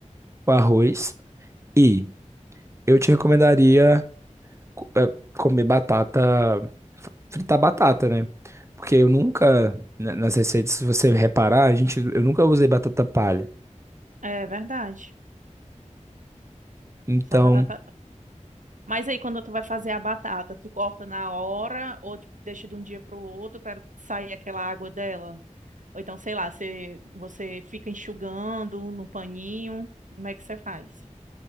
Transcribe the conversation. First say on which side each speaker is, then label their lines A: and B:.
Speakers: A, on the right; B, on the right.
A: o arroz. E eu te recomendaria co- eh, comer batata, fr- fritar batata, né? Porque eu nunca, na- nas receitas, se você reparar, a gente, eu nunca usei batata palha.
B: É verdade.
A: Então,
B: Só batata, Mas aí quando tu vai fazer a batata, tu corta na hora ou tipo, deixa de um dia para o outro para sair aquela água dela? Ou então, sei lá, você, você fica enxugando no paninho. Como é que você faz?